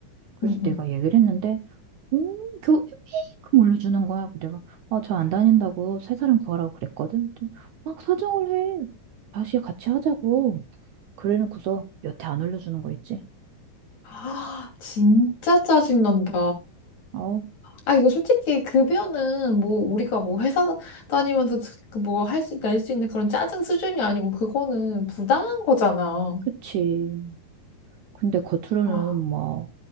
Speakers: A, on the right (about 75°); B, on the left (about 55°).
A: 그래서
B: 응응.
A: 내가 얘기를 했는데 음, 교회 메이크큼 올려주는 거야. 그래서 내가, 아, 저 안 다닌다고 새 사람 구하라고 그랬거든. 근데 막 사정을 해. 다시 같이 하자고. 그래놓고서 여태 안 올려주는 거 있지.
B: 아 진짜 짜증 난다.
A: 어,
B: 아 이거 솔직히 급여는 뭐 우리가 뭐 회사 다니면서 뭐 할 수 낼 수 있는 그런 짜증 수준이 아니고 그거는 부당한 거잖아.
A: 그치. 근데 겉으로는
B: 아,
A: 뭐,